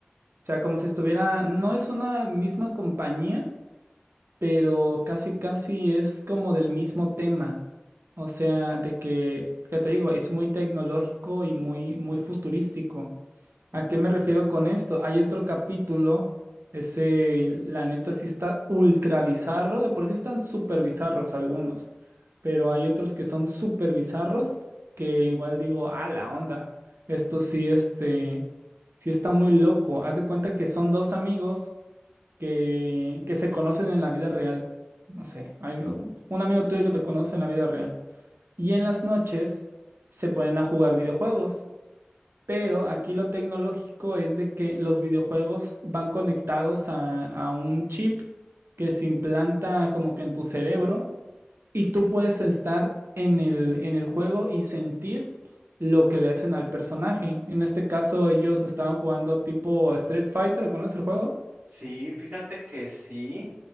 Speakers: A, on the right (about 80°); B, on the right (about 50°).
A: O sea, como si estuviera, no es una misma compañía, pero casi casi es como del mismo tema. O sea, de que, ¿qué te digo? Es muy tecnológico y muy, muy futurístico.
B: ok.
A: ¿A qué me refiero con esto? Hay otro capítulo, ese, la neta sí está ultra bizarro, de por sí están súper bizarros algunos, pero hay otros que son súper bizarros que igual digo, a la onda, esto sí, este, sí está muy loco. Haz de cuenta que son dos amigos que, que se conocen en la vida real. No sé, hay un, un amigo tuyo que te conoce en la vida real. Y en las noches se ponen a jugar videojuegos pero aquí lo tecnológico es de que los videojuegos van conectados a, a un chip que se implanta como que en tu cerebro y tú puedes estar en el, en el juego y sentir lo que le hacen al personaje. En este caso ellos estaban jugando tipo Street Fighter, ¿conoces el juego?
B: Sí, fíjate que sí.